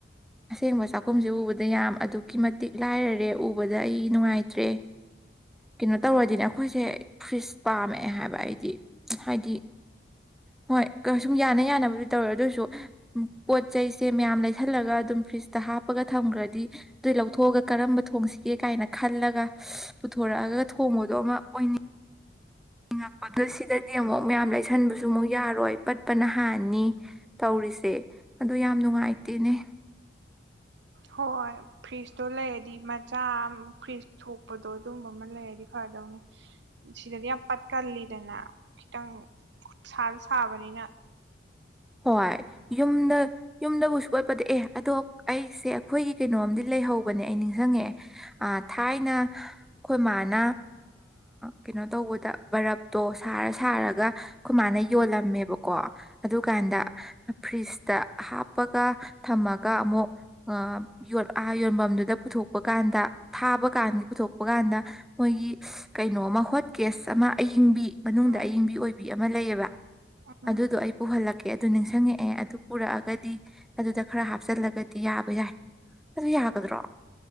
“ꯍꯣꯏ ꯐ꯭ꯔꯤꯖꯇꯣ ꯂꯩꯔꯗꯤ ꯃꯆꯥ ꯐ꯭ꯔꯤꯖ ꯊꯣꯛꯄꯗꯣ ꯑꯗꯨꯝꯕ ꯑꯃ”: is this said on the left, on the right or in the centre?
Right